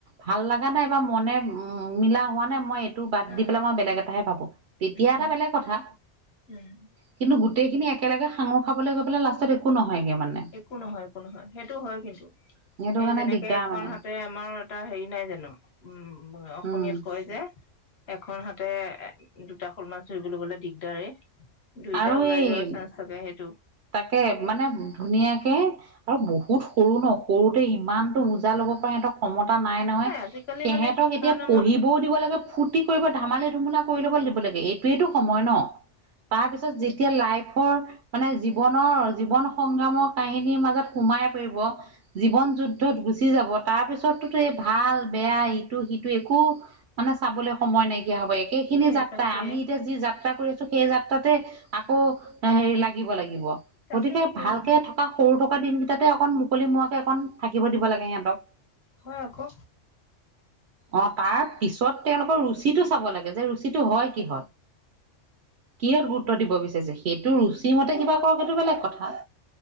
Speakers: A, on the right; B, on the left.
A: ভাল লগা নাই বা মনে উ মিলা হোৱা নাই মই টো বাদ
B: উম
A: দি পেলাই মই বেলেগ এটাহে ভাবোঁ, তেতিয়া
B: উম
A: এটা
B: উম
A: বেলেগ কথা।
B: উম
A: কিন্তু গোটেইখিনি একেলগে সাঙুৰ খাবলৈ গৈ লাষ্টত একো নহয়গে মানে।
B: একো নহয়, একো নহয় সেইটো হয় কিন্তু
A: সেইটো
B: এ
A: কাৰণে
B: যেনেকে
A: দিগদাৰ
B: এখন
A: মানে
B: হাতে আমাৰ এটা হেৰি নাই জানো উম, অসমীয়াত
A: উম
B: কয় যে এখন হাতে এ দুটা শ'ল মাছ ধৰিবলৈ গ'লে দিগদাৰে দুইটা
A: আৰু
B: ওলাই
A: এই
B: যোৱাৰ চান চাগে সেইটো।
A: তাকে মানে ধুনীয়াকে আৰু বহুত সৰু ন সৰুতে ইমানতো বোজা ল'ব পাৰে সিহঁতক ক্ষমতা নাই নহয়,
B: আজিকালি
A: সিহঁতক
B: মানে শিক্ষাৰ
A: এতিয়া
B: নামত
A: পঢ়িবও দিব লাগে। ফূতি কৰিব ধমালি ধুমলা কৰি ল'ব লাগিব লাগে এইটোৱেইটো সময় ন। তাৰপিছত যেতিয়া লাইফৰ মানে জীৱনৰ-জীৱন সংগ্ৰামৰ কাহিনীৰ মাজত সোমাই পৰিব। জীৱন যুদ্ধত গুচি যাব তাৰপিছততো এই ভাল বেয়া ইটো সিটো একো মানে চাবলৈ সময় নাইকিয়া হ'ব, একে
B: তাকে
A: খিনি যাত্ৰা
B: তাকে
A: আমি এতিয়া যি যাত্ৰা কৰি আছোঁ, সেই যাত্ৰাতে আকৌ হেৰি লাগিব, লাগিব।
B: তাকে
A: গতিকে
B: কিয়
A: ভালকে
B: নহয়
A: থকা সৰু থকা দিনকেইটাতে অকণ মুকলি মোৱাকে অকণ থাকিব দিব লাগে সিহঁতক।
B: হয় আকৌ।
A: অ', তাৰ পিছত তেওঁলোকৰ ৰুচিটো চাব লাগে যে ৰুচি সেইটো হয় কিহত, কিহত গুৰুত্ব দিব বিচাৰিছে সেইটো ৰুচি মতে তে কিবা কৰক সেইটো বেলেগ কথা